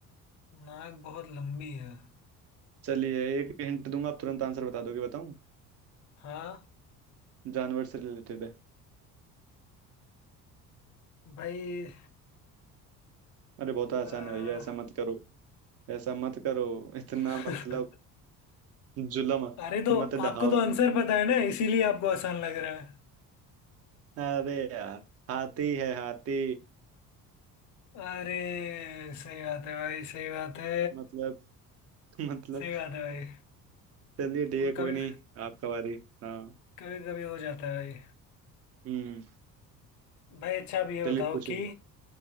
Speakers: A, on the left (about 40°); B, on the right (about 30°).
A: नाक बहुत लंबी है
B: चलिए एक हिंट दूंगा आप तुरंत आंसर बता दोगे बताऊं
A: हाँ
B: जानवर से रिलेटेड है
A: भाई
B: अरे बहुत आसान
A: अ,
B: है भैया ऐसा मत करो ऐसा मत करो इतना
A: <laughs>
B: मतलब जुलम
A: अरे तो
B: मत
A: आपको
B: डहाओ
A: तो आंसर पता है ना इसीलिए आपको आसान लग रहा है
B: अरे यार हाथी है हाथी
A: अरे सही बात है भाई सही बात है
B: मतलब मतलब
A: सही बात है भाई
B: चलिए ठीक
A: वो
B: है कोई
A: कभी
B: नहीं आपका बारी हाँ
A: कभी कभी हो जाता है भाई
B: हम्म
A: भाई अच्छा आप ये
B: चलिए
A: बताओ
B: पूछिए
A: कि